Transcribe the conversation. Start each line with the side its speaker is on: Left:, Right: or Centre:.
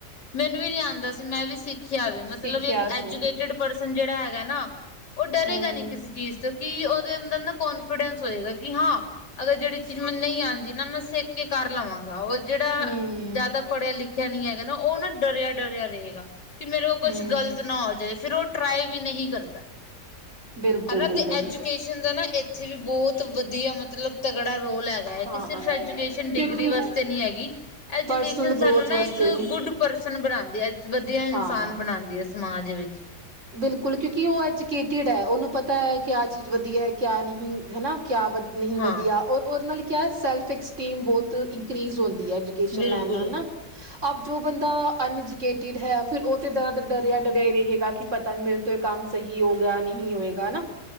Left: ਮੈਨੂੰ ਵੀ ਨੀ ਆਉਂਦਾ ਸੀ ਮੈਂ ਵੀ ਸਿੱਖ ਮਤਲਬ
Right: ਸਿੱਖਿਆ
Left: ਇੱਕ ਐਜੂਕੇਟੀਡ
Right: ਸੀ
Left: ਪਰਸਨ ਜਿਹੜਾ ਹੈਗਾ, ਨਾ ਉਹ ਡਰੇਗਾ
Right: ਹਮ
Left: ਨੀ ਕਿਸੇ ਚੀਜ਼ ਤੋਂ ਕਿ ਉਹਦੇ ਅੰਦਰ ਨਾ ਕੋਨਫੀਡੈਂਸ ਹੋਏਗਾ ਕਿ ਹਾਂ ਅਗਰ ਜਿਹੜੀ ਚੀਜ਼ ਮੈ ਨਹੀਂ ਆਉਂਦੀ, ਨਾ ਮੈਂ ਸਿੱਖ ਕੇ ਕਰ ਲਵਾਂਗਾ ਉਹ ਜਿਹੜਾ
Right: ਹਮ
Left: ਜ਼ਿਆਦਾ ਪੜ੍ਹਿਆ ਲਿਖਿਆ ਨਹੀਂ ਹੈਗਾ, ਨਾ ਉਹ ਨਾ ਡਰਿਆ ਡਰਿਆ ਰਹੇਗਾ। ਕਿ ਮੇਰੇ ਕੋਲ ਕੁਛ
Right: ਹਮ
Left: ਗ਼ਲਤ ਨਾ ਹੋ ਜਾਏ ਫਿਰ ਉਹ ਟਰਾਈ ਵੀ ਨਹੀਂ ਕਰਦਾ।
Right: ਬਿਲਕੁਲ
Left: ਹਨਾ
Right: ਬਿਲਕੁਲ
Left: ਤੇ ਐਜੂਕੇਸ਼ਨ ਦਾ ਨਾ ਇੱਥੇ ਵੀ ਬਹੁਤ ਵਧੀਆ ਮਤਲਬ ਤਗੜਾ ਰੋਲ ਹੈਗਾ ਹੈ
Right: ਹਾਂ
Left: ਕਿ ਸਿਰਫ ਐਜੂਕੇਸ਼ਨ ਡਿਗਰੀ
Right: ਕਿਉਂਕਿ
Left: ਵਾਸਤੇ ਨਹੀਂ ਹੈਗੀ ਐਜੂਕੇਸ਼ਨ
Right: ਪਰਸਨਲ ਗਰੋਥ
Left: ਸਾਨੂੰ ਨਾ
Right: ਵਾਸਤੇ
Left: ਇੱਕ ਇੱਕ ਗੁੱਡ ਪਰਸਨ ਬਣਾਉਂਦੀ ਹੈ ਵਧੀਆ ਇਨਸਾਨ
Right: ਹਾਂ
Left: ਬਣਾਉਂਦੀ ਹੈ ਸਮਾਜ ਵਿੱਚ।
Right: ਬਿਲਕੁਲ ਕਿਉਂਕਿ ਉਹ ਐਜੂਕੇਟਿਡ ਹੈ ਉਹਨੂੰ ਪਤਾ ਹੈ ਕਿਆ ਚੀਜ਼ ਵਧੀਆ ਹੈ ਕਿਆ ਨਹੀਂ ਹੈ ਕਿਆ ਵ ਨਹੀਂ
Left: ਹਾਂ
Right: ਵਧੀਆ ਔਰ ਉਹਦੇ ਨਾਲ ਕਿਹਾ ਸੈਲਫ ਐਕਸਟਰੀਮ ਬਹੁਤ ਇਨਕਰੀਜ਼ ਹੁੰਦੀ ਹੈ। ਇਸ
Left: ਬਿਲਕੁਲ
Right: ਲਾਈਨ ਨਾਲ ਨਾ ਆਪ ਜੋ ਬੰਦਾ ਅਨਜਿਗੇਟਿਡ ਹੈ। ਫਿਰ ਉਹ ਤੇ ਡਰ ਡਰਿਆ ਡਰਿਆ ਹੀ ਰਹੇਗਾ ਕਿ ਪਤਾ ਨੀ ਮੇਰੇ ਤੋਂ ਇਹ ਕੰਮ ਸਹੀ ਹੋ ਗਿਆ ਨਹੀਂ ਹੋਏਗਾ ਨਾ